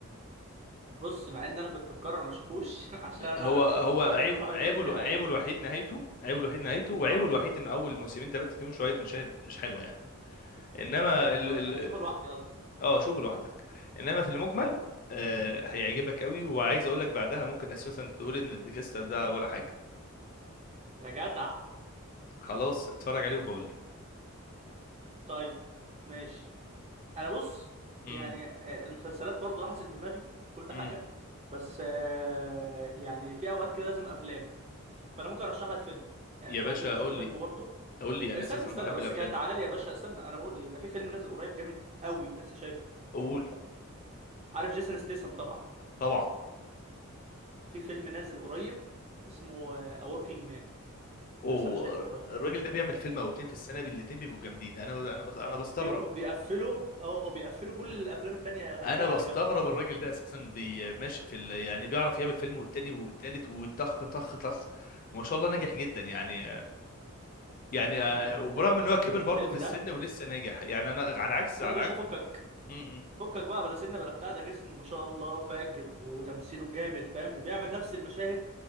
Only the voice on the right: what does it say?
بص مع ان انا كنت مقرر ما اشوفوش <laughs> عشان
انا
واحد
صاحبي
تاني كان
قال لي
اه
اه يعني
اشوفه لوحدي قصدك
اه
يا جدع
طيب ماشي انا بص
يعني آه، المسلسلات برضو حسب دماغي كل
حاجة بس آه، يعني في اوقات كده لازم افلام فانا ممكن ارشح لك فيلم يعني
انت
ممكن تشوف
فيلم برضه
استنى
استنى
بس
كده تعالى لي يا باشا استنى انا بقول ايه ده في فيلم نازل قريب جامد قوي لسه شايفه
عارف جيسون ستيسم طبعا
في فيلم نازل قريب اسمه آه، A Working Man
لسه انا شايفه قريب
بيبقوا بيقفلوا اه بيقفلوا كل الافلام التانية يركنوا
على جنب
يا عم
آه،
آه،
الفيلم
ده
لا
يا باشا
فكك
فكك بقى بلا سنه بلا بتاع ده جسمه ما شاء الله فاجر وتمثيله جامد فاهم وبيعمل نفس المشاهد